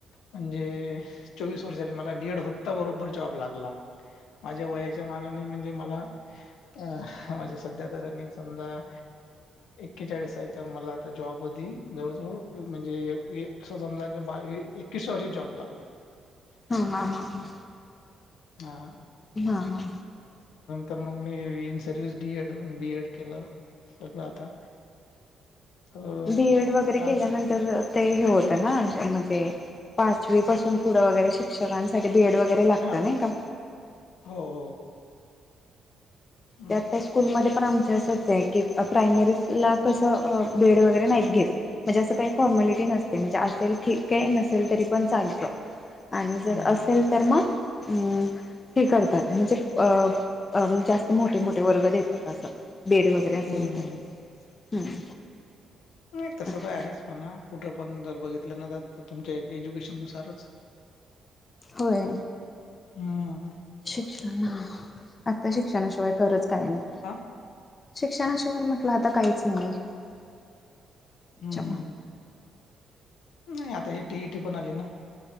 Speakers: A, on the left; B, on the left.
A: म्हणजे चोवीस वर्षा मला डि एड होता, बरोबर जॉब लागला माझ्या वया त्या मानाने म्हणजे मला, अ म्हणजे सध्या तर <unintelligible> समजा. एकेचाळीस आहे तर मला आता जॉब जवळ जवळ म्हणजे अस समजा बावी तीस वर्षात जॉब लागला.
B: हा ह हा हा.
A: हा.
B: हा हा.
A: तर मग मी in service D Ed B Ed केलं सगळ आता तर
B: बी एड वगैरे
A: आता आमच्या
B: केल्यानंतर ते हे होतं ना ज्यांना पाचवी पासून पुढं वगैरे शिक्षकांसाठी बी एड वगेरे लात
A: हा
B: नई का.
A: हो हो हम्म
B: त्या त्या स्कूलमध्ये पण आमच असच आहे की प्रायमरी ला कसं बेड वगैरे नाही. घेत म्हणजे अस काही फॉर्मलिटी नसते म्हणजे असेल ठीक नसेल तरी पण चालत. आणि
A: हम्म
B: जर असेल तर मग अ हे करतात म्हणजे अ अ म्हणजे असं मोठे मोठे वर्ग देतात असं बेड वगैरे असेल
A: हम्म
B: तर हम्म.
A: नाही तसं
B: असं.
A: तर आहेच, पण कुठं पण जर बघित तुमच्या एज्युकेशन नुसारच
B: होय
A: हम्म
B: शिक्षणा आत्ता शिक्षणाशिवाय खरंच काही नाही.
A: आ
B: शिक्षणाशिवाय म्हटलं, आता काहीच नाही त्याच्या
A: हम्म नाही आता ह टी इ टी पण आली ना.